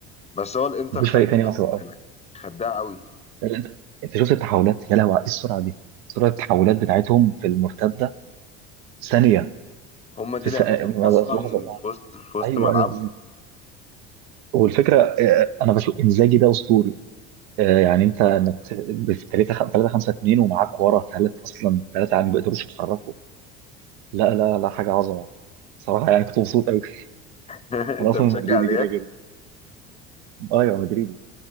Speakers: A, on the left; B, on the right.
A: بس هو الانتر
B: مفيش
A: خدها
B: فريق تاني
A: خد
B: عارف يوقفهم
A: بالك خدها قوي
B: لأن انت انت شفت التحولات يا لهوي على ايه السرعه دي سرعه التحولات بتاعتهم في المرتده ثانيه
A: هما دي
B: في,
A: لعبتهم
B: س... في لحظه
A: اصلا
B: لحظه
A: في وسط في وسط
B: ايوه
A: ملعبهم
B: ايوه والفكره آه، انا بشوف انزاجي ده اسطوري آه، يعني انت انك ت- في 3 3 5 2 ومعاك ورا ثلاث اصلا ثلاثه يعني ما بيقدروش يتحركوا لا لا لا حاجه عظمه صراحه يعني كنت مبسوط قوي <laughs>
A: <laughs>
B: انا
A: انت
B: اصلا
A: بتشجع
B: مدريدي
A: ريال؟
B: كده كده ايوه مدريدي